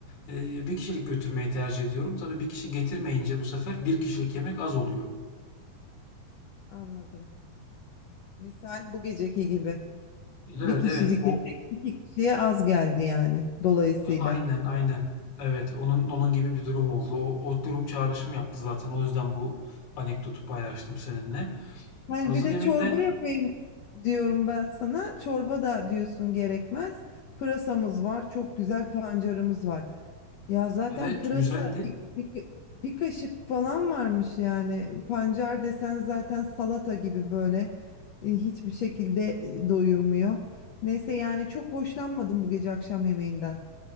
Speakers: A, on the left; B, on the left.
A: e, bir kişilik götürmeyi tercih ediyorum. Tabii bir kişi getirmeyince bu sefer bir kişilik yemek az oluyor.
B: Anladım. Misal bu geceki gibi.
A: Evet
B: Bir kişilik
A: evet o
B: yemek iki kişiye az geldi yani dolayısıyla.
A: A- Aynen aynen. Evet onun onun gibi bir durum oldu. O, o durum çağrışım yaptı zaten. O yüzden bu anekdotu paylaştım seninle.
B: Hayır,
A: Hazır
B: bir de
A: yemekten
B: çorba yapayım diyorum ben sana. Çorba da diyorsun gerekmez. Pırasamız var, çok güzel pancarımız var. Ya zaten
A: evet
B: pırasa
A: güzeldi.
B: bir, bir- bir kaşık falan varmış yani. Pancar desen zaten salata gibi böyle e, hiçbir şekilde e, doyurmuyor. Neyse yani çok hoşlanmadım bu gece akşam yemeğinden.